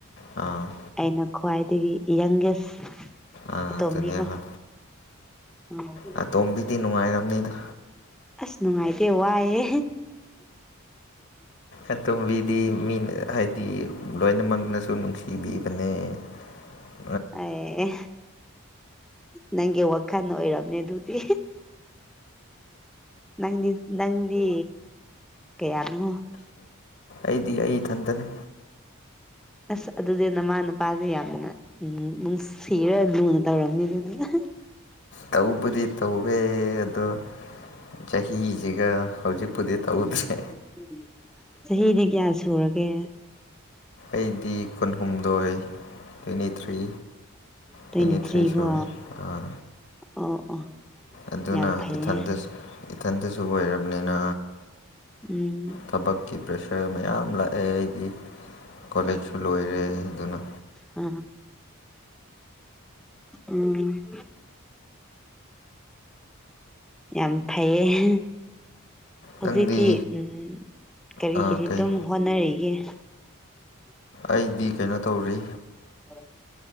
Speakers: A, on the left; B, in the centre.
A: ꯑꯥ
B: ꯑꯩꯅ ꯈ꯭ꯋꯥꯏꯗꯒꯤ ꯌꯪꯒꯦꯁ
A: ꯑꯥ
B: ꯑꯇꯣꯝꯕꯤꯀꯣ
A: ꯑꯗꯨꯅꯦꯕ
B: ꯎꯝ
A: ꯑꯥꯇꯣꯝꯕꯤꯗꯤ ꯅꯨꯡꯉꯥꯏꯔꯝꯅꯤꯗ
B: ꯑꯁ ꯅꯨꯡꯉꯥꯏꯇꯦ ꯋꯥꯏꯑꯦ
A: ꯑꯇꯣꯝꯕꯤꯗꯤ ꯃꯤꯅ ꯍꯥꯏꯗꯤ ꯂꯣꯏꯅꯃꯛꯅꯁꯨ ꯅꯨꯡꯁꯤꯕꯤꯕꯅꯦ ꯕꯤꯝ
B: ꯑꯦ ꯅꯪꯒꯤ ꯋꯥꯈꯜ ꯑꯣꯏꯔꯔꯕ ꯗꯨꯗꯤ ꯅꯪꯗꯤ ꯅꯪꯗꯤ ꯀꯌꯥꯅꯣ
A: ꯑꯩꯗꯤ ꯑꯩ ꯏꯊꯟꯇꯅꯤ
B: ꯑꯁ ꯑꯗꯨꯗꯤ ꯅꯃꯥ ꯅꯨꯄꯥꯁꯦ ꯌꯥꯝꯅ ꯅꯨꯡꯁꯤꯔ ꯂꯨꯅ ꯇꯧꯔꯝꯅꯤꯗꯅꯤꯅ
A: ꯇꯧꯕꯗꯤ ꯇꯧꯋꯦ ꯑꯗꯣ ꯆꯍꯤꯁꯤꯒ ꯍꯧꯖꯤꯛꯄꯨꯗꯤ ꯇꯧꯗ꯭ꯔꯦ
B: ꯎꯝ <unintelligible> <inaudible> ꯆꯍꯤꯗꯤ ꯀꯌꯥ ꯁꯨꯔꯒꯦ
A: ꯑꯩꯗꯤ ꯀꯨꯟꯍꯨꯝꯗꯣꯏ ꯇ꯭ꯋꯦꯟꯇꯤ ꯊ꯭ꯔꯤ
B: ꯇ꯭ꯋꯦꯟꯇꯤ
A: ꯆꯅꯤꯇ꯭ꯔꯤ
B: ꯊ꯭ꯔꯤꯀꯣ
A: ꯁꯨꯔꯦ ꯑꯥ
B: ꯑꯣ ꯑꯣ <unintelligible> <inaudible>
A: ꯑꯗꯨꯅ
B: ꯌꯥꯝ ꯐꯩꯌꯦ
A: ꯏꯊꯟꯗꯁꯨ ꯏꯊꯟꯇꯁꯨ ꯑꯣꯏꯔꯕꯅꯤꯅ
B: ꯎꯝ
A: ꯊꯕꯛꯀꯤ ꯄ꯭ꯔꯦꯁꯔ ꯃꯌꯥꯝ ꯂꯥꯛꯑꯦ ꯍꯥꯏꯗꯤ ꯀꯣꯂꯦꯖꯁꯨ ꯂꯣꯏꯔꯦ ꯑꯗꯨꯅ
B: ꯑ ꯎꯝ ꯌꯥꯝ ꯐꯩꯌꯦ ꯍꯧꯖꯤꯛꯇꯤ
A: ꯅꯪꯗꯤ
B: ꯎꯝ ꯀꯔꯤ
A: ꯑꯥ
B: ꯀꯔꯤ
A: ꯀꯩ
B: ꯑꯗꯨꯝ ꯍꯣꯠꯅꯔꯤꯒꯦ ꯎꯝ <unintelligible> <inaudible>
A: ꯑꯩꯗꯤ ꯀꯩꯅꯣ ꯇꯧꯔꯤ
B: ꯑ <unintelligible> <inaudible>